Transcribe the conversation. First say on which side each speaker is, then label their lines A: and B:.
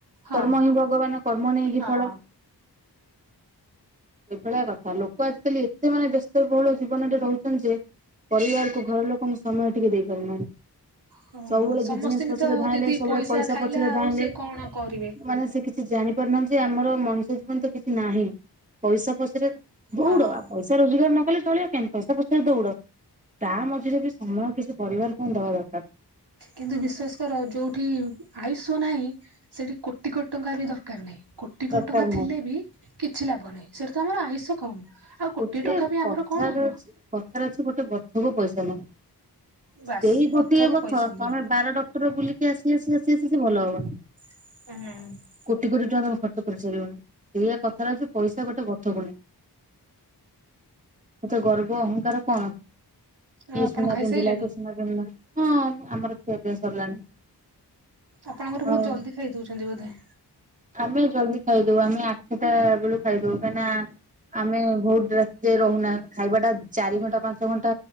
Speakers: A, on the right; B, on the right.
A: ହଁ।
B: କର୍ମ ହିଁ ଭଗବାନ କର୍ମ ନେଇକି
A: ହଁ
B: ଫଳ ଏଭଳିଆ କଥା ଲୋକ ଆଜିକାଲି ଏତେ ମାନେ ବ୍ୟସ୍ତବହୁଳ ଜୀବନରେ ରହୁଛନ୍ତି ଯେ ପରିବାରକୁ ଘର ଲୋକଙ୍କୁ ସମୟ ଟିକେ ଦେଇ ପାରୁନାହାନ୍ତି।
A: କଣ
B: ସବୁବେଳେ
A: ସମସ୍ତିଙ୍କି
B: ବିଜନେସ୍ ପଛରେ
A: ତ
B: ଧାଇଁଲେ
A: ଦିଦି
B: ସବୁବେଳେ ପଇସା
A: ଖାଇଲା
B: ପଛରେ
A: ଆଉ
B: ଧାଇଁଲେ
A: ସିଏ କଣ କରିବେ।
B: ମାନେ ସେ କିଛି ଜାଣିପାରୁନାହାନ୍ତି ଆମର ମଣିୁଷ୍ୟ ଜୀବନ ତ କିଛି ନାହିଁ ପଇସା ପଛରେ ଦୌଉଡ
A: ହଁ
B: ଆଉ ପଇସା ରୋଜଗାର ନ କଲେ ଚଲିବ କେମତି ପଇସା ପଛରେ ଦୌଡ। ତା ମଝିରେ ବି ସମୟ କିଛି ପରିବାରକୁ ହଁ ଦବା ଦରକାର।
A: କିନ୍ତୁ ବିଶ୍ୱାସ କର ଯୋଉଠି ଆୟୁଷ ନାହିଁ ସେଠି କୋଟି କୋଟି ଟଙ୍କା ବି ଦରକାର ନାହିଁ। କୋ କୋଟି
B: ଦରକାର
A: କୋଟି ଟଙ୍କା
B: ନାହିଁ।
A: ଥିଲେ ବି କିଛି ଲାଭ ନାହିଁ ସେଇଟା ତ ଆମର ଆୟୁଷ କମ୍। ଆଉ
B: ଗୋଟେ
A: କୋଟିଏ ଟଙ୍କା ବି
B: କଥାରେ
A: ଆମର କଣ ହବ?
B: ଅଛି କଥାରେ ଅଛି ଗୋଟେ ବଥକୁ ପଇସା ନବ ସେଇ
A: ବାସ୍
B: ଗୋଟିଏ
A: ଗଥକୁ
B: ବଥ
A: ପଇସା ନାହିଁ।
B: ତମେ ବାରଟା ବୁଲି ଆସି ଆସି ଆସି ଆସିି ସେ ଭଲ ହବନି।
A: ହୁଁ।
B: କୋଟି କୋଟି ଟଙ୍କା ତମେ ଖର୍ଚ୍ଚ କରିସାରିବନି ସେଇଆ କଥାଟ ଅଛି ପଇସା ଗୋଟେ ବଥକୁୁନି। ସେ ଗର୍ବ ଅହଂଙ୍କାର କଣ କିଏ
A: ଆଉ ଆପଣ
B: ସୁନା
A: ଖାଇସାଇଲେଣି
B: ପିନ୍ଧିଲା କିଏ ସୁନା ହଁ ଆମର ଖିଆ ପିଆ ସରିଲାଣି।
A: ଆପଣଙ୍କର ବହୁତ
B: ହଁ
A: ଜଲ୍ଦି ଖାଇଦଉଛନ୍ତି ବୋଧେ?
B: ଆମେ ଜଲଦି ଖାଇଦଉ ଆମେ ଆଠଟା ବେଳୁ ଖାଇଦଉ କାହିଁକିନା ଆମେ ବହୁତ ଯ ରହୁନା ଖାଇବା ଟା ଚାରି ଘଣ୍ଟା ପାଞ୍ଚ <unintelligible> ଛ ଘଣ୍ଟା